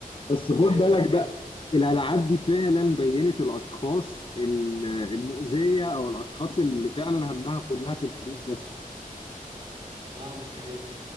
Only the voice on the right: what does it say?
ايوه
فاكر
فاهمك ايوه